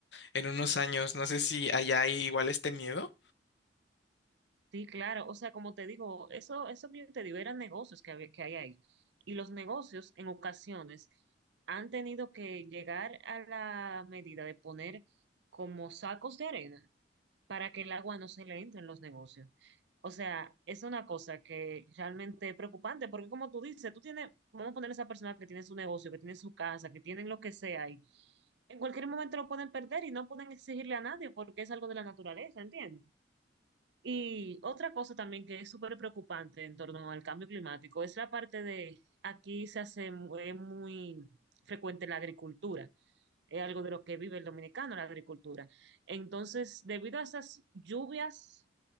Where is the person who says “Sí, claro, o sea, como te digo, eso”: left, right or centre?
Right